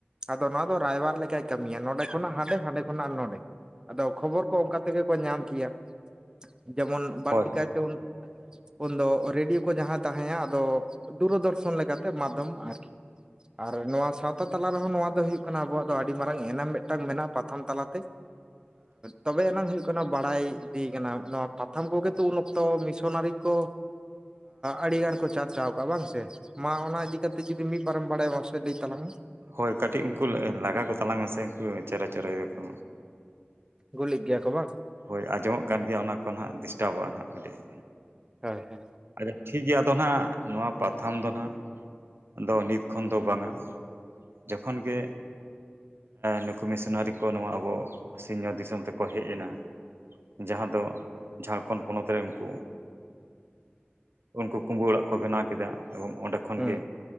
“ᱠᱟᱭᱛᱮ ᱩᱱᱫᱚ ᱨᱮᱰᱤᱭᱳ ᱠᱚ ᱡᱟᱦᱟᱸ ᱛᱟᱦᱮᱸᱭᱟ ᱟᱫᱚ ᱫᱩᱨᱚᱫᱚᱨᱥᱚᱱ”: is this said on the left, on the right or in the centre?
Right